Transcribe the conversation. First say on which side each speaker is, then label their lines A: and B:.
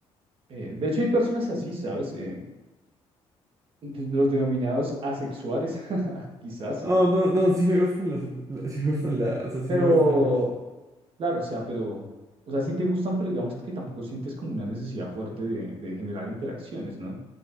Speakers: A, on the right; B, on the right.
A: eh, de hecho, hay personas así, ¿sabes? Eh, pues, los denominados asexuales, <laughs> quizás.
B: Oh, no, no, sí me gustan las... la- Sí me gustan las... O sea, sí
A: Pero
B: me gustan las personas.
A: Claro, o sea, pero, o sea, sí te gustan, pero digamos que tampoco sientes como una necesidad fuerte de, de generar interacciones, ¿no?